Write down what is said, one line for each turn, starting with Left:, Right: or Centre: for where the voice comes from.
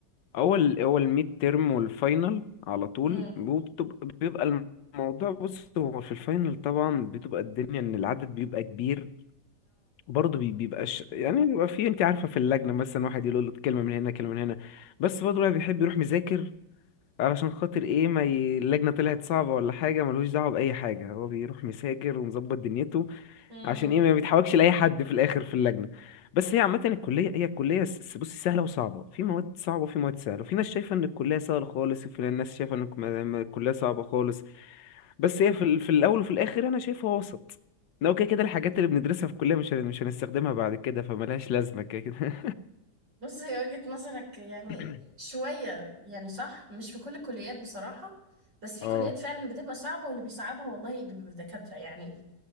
Left: اول اول ميد ترم والفاينل على طول
Right: امم
Left: وبتبقى- بيبقى الموضوع بص هو في الفاينل طبعا بتبقى الدنيا ان العدد بيبقى كبير برضه بي- بيبقاش يعني بيبقى في انت عارفه في اللجنه مثلا واحد يقول له كلمه من هنا كلمه من هنا بس برضه الواحد بيحب يروح مذاكر علشان خاطر ايه ما ي... اللجنه طلعت صعبه ولا حاجه ملوش دعوه باي حاجه هو بيروح مذاكر ومظبط دنيته
Right: اه
Left: عشان ايه ما بيتحولكش لاي حد في الاخر في اللجنه بس هي عامه الكليه هي الكليه س- بصي سهله وصعبه في مواد صعبه وفي مواد سهله في ناس شايفه ان الكليه سهله خالص وفي ناس شايفه ان الكم- الكليه صعبه خالص بس هي في, ال- في الاول وفي الاخر انا شايفها وسط لو كده كده الحاجات اللي بندرسها في الكليه مش هن- مش هنستخدمها بعد كده فملهاش لازمه كده كده
Right: بص هي وجهة نظرك يعني
Left: <laughs>
Right: شوية يعني صح مش في كل الكليات بصراحة بس في
Left: اه
Right: كليات فعلا بتبقى صعبة واللي بيصعبها والله بيبقى دكاترة يعني